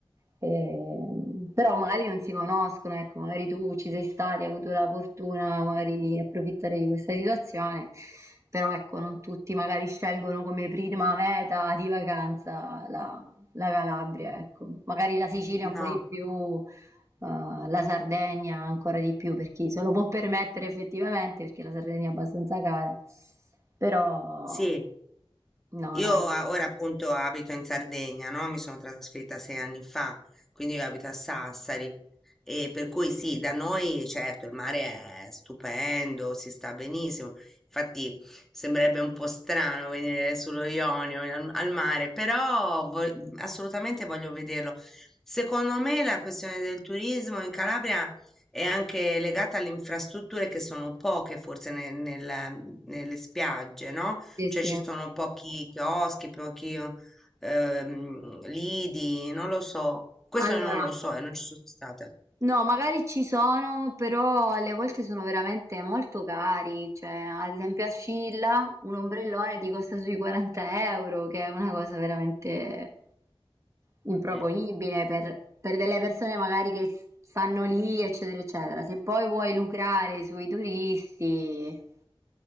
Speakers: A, on the right; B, in the centre.
A: Ehm, però magari non si conoscono, ecco, magari tu ci sei stata, hai avuto la fortuna magari di approfittare di questa situazione, però ecco, non tutti magari scelgono come prima meta di vacanza la, la Calabria, ecco. Magari la Sicilia
B: No,
A: un po' di più, uhm, la Sardegna ancora di più per chi se lo può permettere effettivamente, perché la Sardegna è abbastanza cara. Però
B: sì.
A: no,
B: Io
A: no,
B: a- ora appunto abito in Sardegna, no? Mi sono trasferita sei anni fa, quindi io abito a Sassari e per cui sì, da noi certo il mare è stupendo, si sta benissimo. Infatti sembrerebbe un po' strano venire sullo Ionio al, al mare, però vo- assolutamente voglio vederlo. Secondo me la questione del turismo in Calabria è anche legata alle infrastrutture che sono poche forse ne- nella- nelle spiagge, no?
A: sì,
B: Cioè
A: sì.
B: ci sono pochi chioschi, pochi ehm, lidi, non lo so. Questo
A: Allora,
B: non lo so e non ci sono stata.
A: no, magari ci sono, però alle volte sono veramente molto cari. Cioè, ad esempio a Scilla un ombrellone ti costa sui 40 euro, che è una cosa veramente improponibile
B: Mm.
A: per, per delle persone magari che stanno lì, eccetera, eccetera. Se poi vuoi lucrare sui turisti,